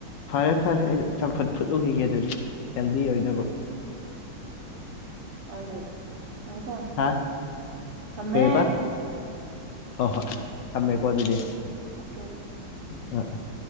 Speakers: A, on the left; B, on the right.
A: ꯐꯔꯦ ꯐꯔꯦ ꯑꯩ ꯆꯝꯐꯨꯠ ꯐꯨꯠꯂꯨꯈꯤꯒꯦ ꯑꯗꯨꯗꯤ ꯍꯦꯜꯗꯤ ꯑꯣꯏꯅꯕ
B: ꯍꯣꯏ ꯍꯣꯏ ꯊꯝꯃꯦ
A: ꯍꯥ
B: ꯊꯝꯃꯦ
A: ꯀꯩꯍꯕ ꯍꯣꯏ ꯍꯣꯏ ꯊꯝꯃꯦꯀꯣ ꯑꯗꯨꯗꯤ
B: ꯑꯣꯀꯦ ꯑꯣꯀꯦ
A: <unintelligible>